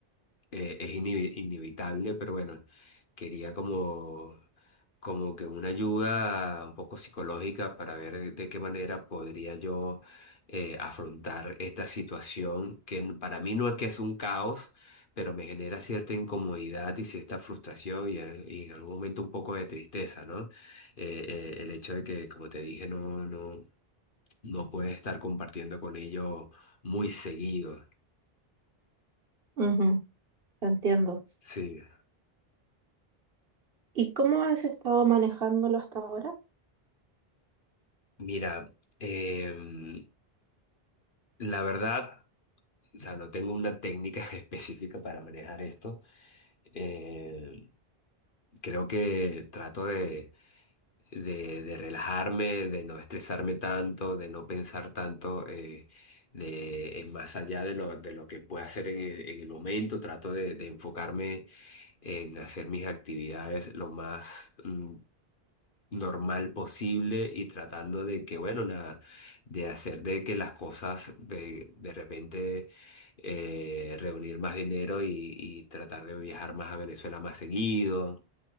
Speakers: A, on the left (about 55°); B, on the right (about 65°).
A: eh, es inevi- inevitable, pero bueno, quería como, como que una ayuda un poco psicológica para ver de qué manera podría yo eh, afrontar esta situación que n- para mí no es que es un caos, pero me genera cierta incomodidad y cierta frustración y, al- y en algún momento un poco de tristeza, ¿no? Eh, eh, el hecho de que, como te dije, no, no, no puedes estar compartiendo con ellos muy seguido.
B: Ujú, te entiendo.
A: Sí.
B: ¿Y cómo has estado manejándolo hasta ahora?
A: Mira, em, La verdad, o sea, no tengo una técnica <laughs> específica para manejar esto. Eh, creo que trato de, de- de relajarme, de no estresarme tanto, de no pensar tanto eh, de, en más allá de lo, de lo que pueda hacer en el, en el momento. Trato de, de enfocarme en hacer mis actividades lo más mm, normal posible y tratando de que, bueno, la- de hacer de que las cosas de, de repente eh, reunir más dinero y, y tratar de viajar más a Venezuela más seguido